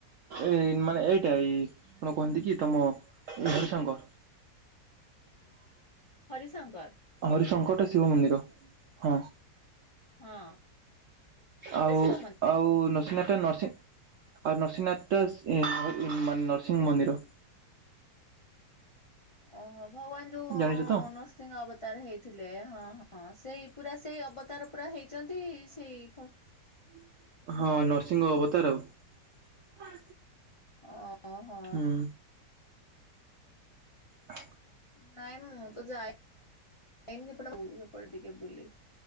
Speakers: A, on the right; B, on the left.
A: ଏଅ ଡମାନେ ଏଇଟା ଏଇ କଣ କୁହନ୍ତି କି ତମ ଏଇ ହରିଶଙ୍କର।
B: ହରିଶଙ୍କର।
A: ହରିଶଙ୍କରଟା ଶିବ ମନ୍ଦିର ହଁ।
B: ହଁ
A: ଆଉ
B: <inaudible> ଶିବ ମ
A: ଆଉ ନରସିଂହନାଥଟା ନରସିଂ ଆଉ ନରସିଂହନାଥଟା ସ୍ ଇଁ <unintelligible> ମାନେ ନରସିଂହ ମନ୍ଦିର।
B: ଓହୋ ଭଗବାନ୍
A: ଜାଣିଛ ତ?
B: ହଁ ନୃସିଂହ ଅବତାର ହେଇଥିଲେ ହଁ ହଁ ସେଇ ପୁରା ସେଇ ଅବତାର ପୁରା ହେଇଛନ୍ତି ସେଇ ଫ
A: ହ ହଁ ନରସିଂହ ଅବତାର ଆଉ
B: ଓହୋ
A: ହୁଁ। ହ
B: ନାଇଁ ମୁଁ ତ ଯାଏ ଇନି ସେପଟେ <unintelligible> ଟିକେ ବୁଲି।